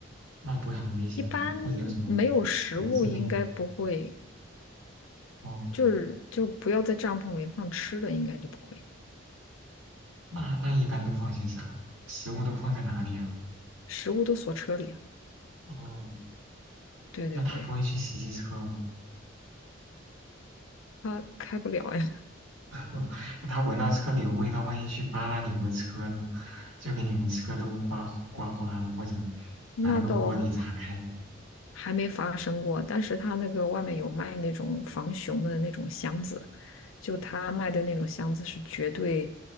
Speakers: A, on the right; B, on the left.
A: 那不会很危险吗？
B: 一般
A: 或者有什么蛇之类的？
B: 没有食物应该不会，
A: 哦，
B: 就是就不要在帐篷里放吃的，应该就不会，
A: 那那一般都放些啥？食物都放在哪里啊？
B: 食物都锁车里啊
A: 哦，
B: 对对对，
A: 那它不会去袭击车吗？
B: 它开不了呀，
A: <laughs> 那他闻到车里有味道，万一去扒拉你们的车呢，就给你们车都刮刮花了，或者
B: 那倒
A: 把那个玻璃砸开。
B: 还没发生过，但是它那个外面有卖那种防熊的那种箱子。就他卖的那种箱子是绝对